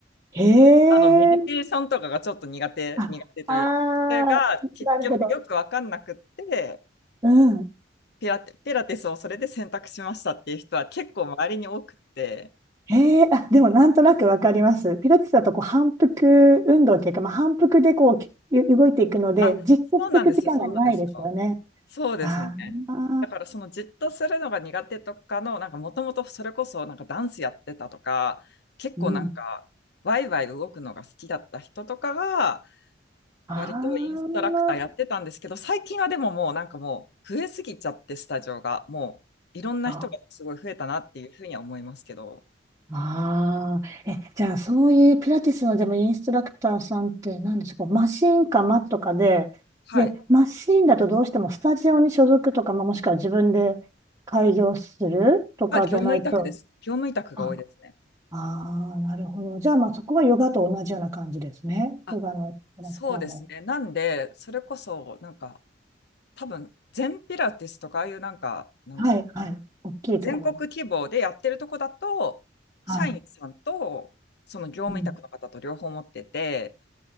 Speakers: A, on the right (about 20°); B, on the left (about 65°).
A: へえ。
B: あの、メディテーションとかがちょっと苦手、
A: あ、
B: 苦手というか、
A: あー、
B: それが結局よくわかんなくって、
A: なるほど。うん。
B: ピラテ、ピラティスをそれで選択しましたっていう人は結構周りに多くって、
A: へえ。あ、でもなんとなくわかります。ピラティスだとこう反復運動っていうか、まあ、反復でこうきゆ動いていくので、
B: あ、
A: じっとしてく時間がないですよね。
B: そうなんですよ、そうなんですよ。そうですね。
A: ああ、
B: だからそのじっとするのが苦手とかの、なんかもともとそれこそなんかダンスやってたとか、結構なんかワイワイ動くのが好きだった人とかが、
A: うん。ああ、
B: 割とインストラクターやってたんですけど、最近はでももうなんかもう増えすぎちゃって、スタジオが。もういろんな人がすごい増えたなっていうふうには思いますけど。
A: そうかああ、え、じゃあそういうピラティスのでもインストラクターさんって何でしょう、こうマシンかマットかで、
B: はい。
A: で、マシンだとどうしてもスタジオに所属とか、まあ、もしくは自分で開業するとかじゃないと、
B: あ、業務委託です。業務委託が多いですね。
A: あ、ああ、なるほど。じゃあまあそこはヨガと同じような感じですね。
B: あ、
A: ヨガのインストラクターも。
B: そうですね。なんで、それこそなんか多分全ピラティスとかああいうなんか、なんていうの、
A: はい、はい。大きいところ。
B: 全国規模でやってるとこだと、社員さんとその業務委託の方と両方持ってて、
A: はい。うん。